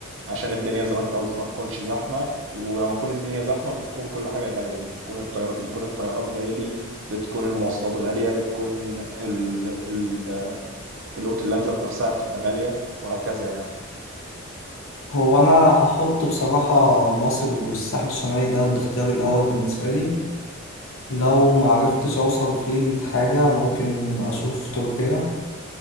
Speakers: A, on the right; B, on the left.
A: عشان الدنيا زي ما أنت قلت ما تكونش زحمة ولما تكون الدنيا زحمة بتكون كل حاجة غالية بتكون الطيار بيكون الطيران غالي بتكون المواصلات غالية بتكون ال ال الأوتيلات ذات نفسها بتبقى غالية وهكذا يعني
B: هو انا هحط بصراحة مصر والساحل الشمالي ده الاختيار الاول بالنسبة لي لو
A: اها
B: معرفتش اوصل فيه لحاجة ممكن اشوف تركيا